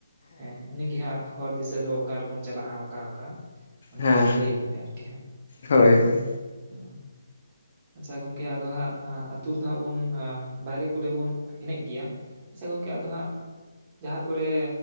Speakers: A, on the right (about 30°); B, on the left (about 55°).
A: ᱦᱮᱸ ᱩᱱᱤᱜᱮ ᱦᱟᱸᱜ ᱦᱚᱨ ᱫᱤᱥᱟᱹ ᱫᱚ ᱚᱠᱟᱨᱮ ᱵᱚᱱ ᱪᱟᱞᱟᱜᱼᱟ ᱚᱠᱟ ᱚᱠᱟ ᱩᱱᱤ
B: ᱦᱮᱸ
A: ᱦᱟᱭ ᱞᱟᱹᱭ ᱟᱵᱚᱱᱟᱭ ᱟᱨᱠᱤ ᱦᱟ
B: ᱦᱳᱭ ᱦᱳᱭ
A: ᱦᱮᱸ ᱟᱪᱪᱷᱟ ᱜᱚᱝᱠᱮ ᱟᱫᱚ ᱦᱟᱸᱜ ᱟᱛᱩ ᱨᱮᱛᱚ ᱦᱟᱸᱜ ᱵᱚᱱ ᱵᱟᱭᱨᱮ ᱠᱚᱨᱮ ᱵᱚᱱ ᱮᱱᱮᱡ ᱜᱮᱭᱟ ᱟᱪᱪᱷᱟ ᱜᱚᱝᱠᱮ ᱟᱫᱚ ᱦᱟᱸᱜ ᱡᱟᱦᱟᱸ ᱠᱚᱨᱮ